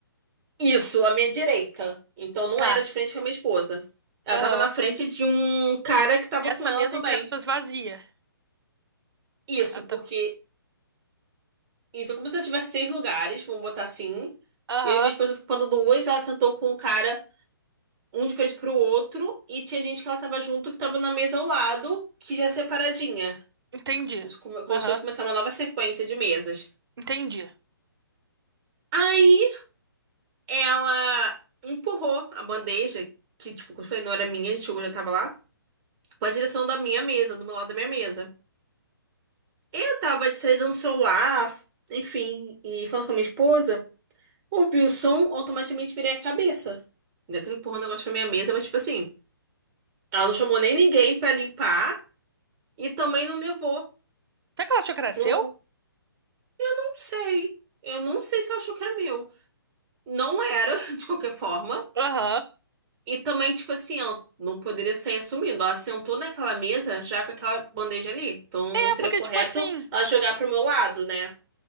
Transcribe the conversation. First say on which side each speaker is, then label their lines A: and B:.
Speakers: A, on the right (about 25°); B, on the right (about 80°).
A: Isso, à minha direita. Então não
B: Tá,
A: era de frente com a minha esposa. Ela
B: aham.
A: tava na frente de um cara que tava
B: Essa
A: com ela
B: mesa,
A: também.
B: entre aspas, vazia.
A: Isso,
B: Ah, tá.
A: porque. Isso é como se eu tivesse seis lugares, vamos botar assim.
B: Aham,
A: E eu e minha esposa ficando duas, ela sentou com um cara um de frente pro outro, e tinha gente que ela tava junto, que tava na mesa ao lado, que já é separadinha.
B: entendi.
A: Como como
B: Aham,
A: se fosse começar uma nova sequência de mesas.
B: entendi.
A: Aí ela empurrou a bandeja, que, tipo, como eu falei, não era minha, a gente chegou, já tava lá, pra direção da minha mesa, do meu lado da minha mesa. Eu tava distraída no celular, enfim, e falando com a minha esposa, ouvi o som, automaticamente virei a cabeça. Ainda tava empurrando o negócio pra minha mesa, mas, tipo assim, ela não chamou nem ninguém pra limpar e também não levou
B: Será que ela achou que era
A: pro
B: seu?
A: Não sei. Eu não sei se eu achou que era meu. Não era, <laughs> de qualquer forma.
B: Aham.
A: E também, tipo assim, ela não poderia sair assumindo. Ela sentou naquela mesa já com aquela bandeja ali. Então
B: É,
A: não seria
B: porque
A: correto
B: tipo assim...
A: ela jogar pro meu lado, né?